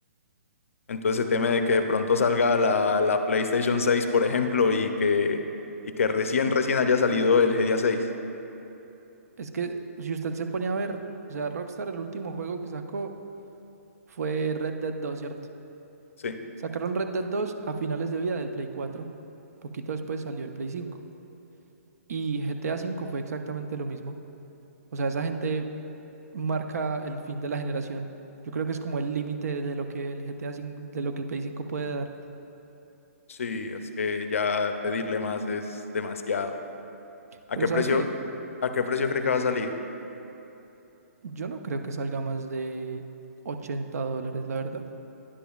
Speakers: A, on the left; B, on the right.
A: Entonces se teme de que de pronto salga la, la PlayStation seis por ejemplo, y que, y que recién, recién haya salido el GTA seis
B: Es que si usted se ponía a ver, o sea, Rockstar el último juego que sacó fue Red Dead 2, ¿cierto?
A: Sí,
B: Sacaron Red Dead 2 a finales de vida del Play 4. Poquito después salió el Play 5. Y GTA 5 fue exactamente lo mismo. O sea, esa gente marca el fin de la generación. Yo creo que es como el límite de lo que el GTA 5, de lo que el Play 5 puede dar.
A: sí, es que ya pedirle más es demasiado. ¿A
B: Pero
A: qué
B: ¿sabe
A: precio,
B: qué?
A: a qué precio cree que va a salir?
B: Yo no creo que salga más de 80 dólares, la verdad.